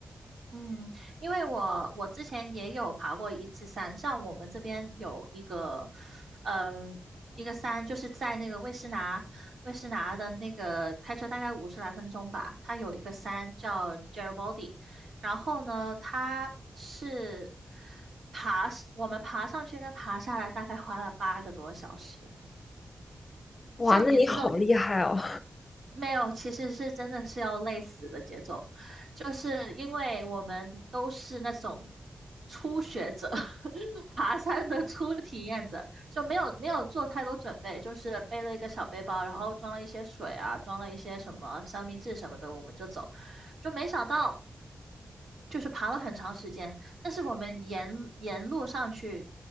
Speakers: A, on the right; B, on the left.
A: 嗯，因为我我之前也有爬过一次山，像我们这边有一个，嗯，一个山就是在那个魏诗拿，魏诗拿的那个开车大概五十来分钟吧，它有一个山叫 j e r i b o d y 然后呢，它是爬，我们爬上去跟爬下来大概花了八个多小时。
B: 哇，
A: 像你这种
B: 那你好厉害哦！
A: 没有，其实是真的是要累死的节奏，就是因为我们都是那种初学者，<laughs> 爬山的初体验者，就没有没有做太多准备，就是背了一个小背包，然后装了一些水啊，装了一些什么三明治什么的，我们就走，就没想到。就是爬了很长时间，但是我们沿沿路上去，